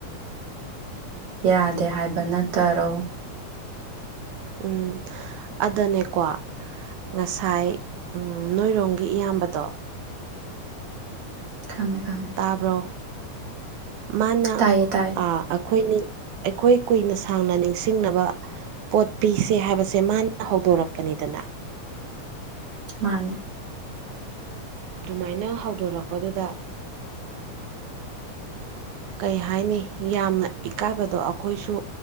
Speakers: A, on the right; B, on the right.
A: ꯌꯥꯗꯦ ꯍꯥꯏꯕ ꯅꯠꯇꯔꯣ
B: ꯎꯝ ꯑꯗꯨꯅꯦꯀꯣ ꯉꯁꯥꯏ ꯅꯣꯏꯔꯣꯝꯒꯤ ꯏꯌꯥꯝꯕꯗꯣ
A: ꯈꯪꯉꯦ ꯈꯪꯉꯦ
B: ꯇꯥꯕ꯭ꯔꯣ ꯃꯥꯅ
A: ꯇꯥꯏꯌꯦ ꯇꯥꯏꯌꯦ
B: ꯑ ꯑꯩꯈꯣꯏ ꯑꯩꯈꯣꯏ ꯀꯨꯏꯅ ꯁꯥꯡꯅ ꯅꯤꯡꯁꯤꯡꯅꯕ ꯄꯣꯠ ꯄꯤꯁꯦ ꯍꯥꯏꯕꯁꯦ ꯃꯥꯅ ꯍꯧꯗꯣꯔꯛꯄꯅꯤꯗꯅ
A: ꯃꯥꯅꯦ
B: ꯑꯗꯨꯃꯥꯏꯅ ꯍꯧꯗꯣꯔꯛꯄꯗꯨꯗ ꯀꯩ ꯍꯥꯏꯅꯤ ꯌꯥꯝꯅ ꯏꯀꯥꯏꯕꯗꯣ ꯑꯩꯈꯣꯏꯁꯨ